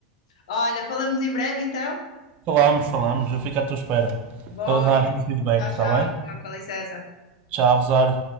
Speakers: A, on the left; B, on the right.
A: Olha, falamos em breve então.
B: Falamos, falamos. Eu fico à tua espera.
A: Bom,
B: Para dar-me
A: Henrique.
B: feedback,
A: Tchau, tchau,
B: está bem?
A: então, com licença.
B: Tchau, Rosário.